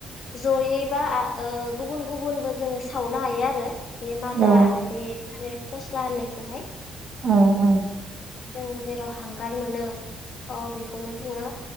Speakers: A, on the left (about 60°); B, on the right (about 50°).
A: जयै बा आ ओ गुबुन गुबुनबो जोङो सावनो हायो। बे मादा
B: औ
A: आरो बे थालिर फस्ला होननायखौहाय‌
B: ओ ओ।
A: जोङो जेराव हांगार मोनो। अ बेखौनो जोङो